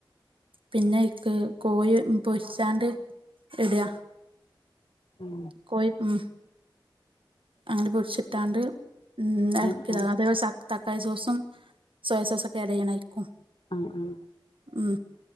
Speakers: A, on the right (about 80°); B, on the left (about 80°).
A: പിന്നെ അയിക്ക് കോഴി പൊരിച്ചാണ്ട് ഇട്.
B: ഉം
A: കോഴി, ഉം അങ്ങനെ പൊരിച്ചിട്ടാണ്ട് ഉം എളക്കിട്
B: ആഹ് ആഹ്
A: അതേപോലെ ചത് തക്കാളി സോസും സോയാസോസും ഒക്കെ ആഡ് ചെയ്യണം അയിക്കും.
B: ആഹ്, ആഹ്
A: ഉം